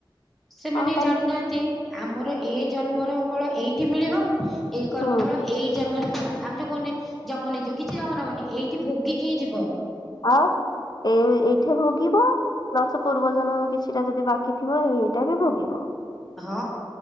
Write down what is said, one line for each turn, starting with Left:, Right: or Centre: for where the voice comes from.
Centre: ସେମାନେ
Left: କଣ କରିବା
Centre: ଜାଣୁନାହାନ୍ତି ଆମର ଏ ଜନ୍ମର ଫଳ ଏଇଠି ମିଳିବ ଏ କର୍ମ
Left: ହୁଁ
Centre: ଫଳ ଏଇ ଜନ୍ମ ରେ ଆମେ ଜୋ କହୁନେ ଜମ ନେଇଯିବ କିଛି ଯମ ନବନି ଏଇଠି ଭୋଗିକି ହିଁ ଯିବ
Left: ଆଉ ଏ ଏଇଠି ଭୋଗିବ ପ୍ଲସ୍ ପୁର୍ବ ଜନ୍ମର କିଛିଟା ଯଦି ବାକି ଥିବ ହେଇଟା ବି ଭୋଗିବ।
Centre: ହଁ